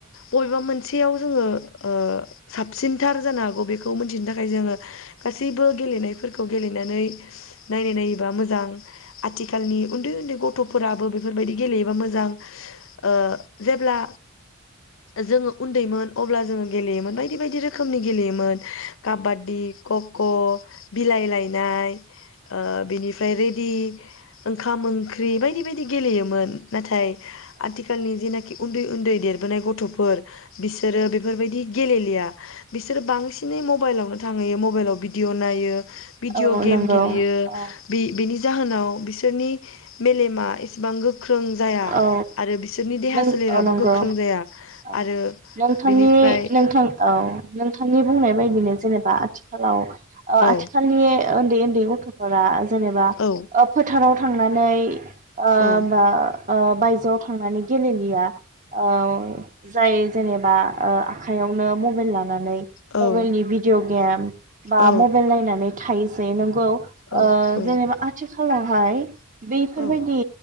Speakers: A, on the left; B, on the right.
A: बबेबा मोनसे बेयाव जोङो ओ साबसिनथार जानो हागौ बेखौ मोनथिनो थाखाय जोङो गासैबो गेलेनायफोरखौ गेलेनानै नायनाय नायोबा मोजां आथिखालनि उन्दै उन्दै गथ'फोराबो बेफोरबायदि गेलेयोबा मोजां, ओ जेब्ला जोङो उन्दैमोन। अब्ला जोङो गेलेयोमोन बायदि बायदि रोखोम रोखोमनि गेलेयोमोन। काबादी खग अ बिलाइ लायनाय ओ बेनिफ्राय दि ओंखाम ओंख्रि बायदि बायदि गेलेयोमोन नाथाय। आथिखाल निजेनाखि। उन्दै उन्दै देरबोनाय गथ'फोर बि फोरो बेफोरबायदि गेलेनो <unintelligible> बिसोरो बांसिनै म मबाइलावनो थांहैयो मबाइलाव भिडिअ नायो। भिदिअ'
B: औ
A: गेम
B: नंगौ
A: गेलेयो
B: औ
A: बे-बेनि जाहोनाव बिसोरनि मेलेमा एसेबां गोख गोख्रों जाया
B: औ
A: आरो बिसोरनि देहा
B: नों
A: सोलेराबो
B: औ नंगौ
A: गोख्रों जाया
B: औ
A: आरो
B: नोंथांनि
A: बिनिफ्राय
B: नोंथां औ नोंथांनि बुंनाय बायदिनो जेनेबा आथिखालाव ओ
A: औ
B: आथिखालनि उन्दै उन्दै गथ'फोरा जेनेबा
A: औ
B: ओ फोथाराव थांनानै ओम
A: औ
B: बा ओ बायजोआव थांनानै गेलेलिया। औ जाय जेनेबा ओ आखाइयावनो मबाइल लानानै। नै
A: औ
B: मबेल नि भिडिअ' गेम बा
A: औ
B: मबेल नायनानै थायोजे नोंगौ।
A: औ
B: ओ
A: औ
B: जेनेबा आथिखालावहाय बेफोरबायदि
A: औ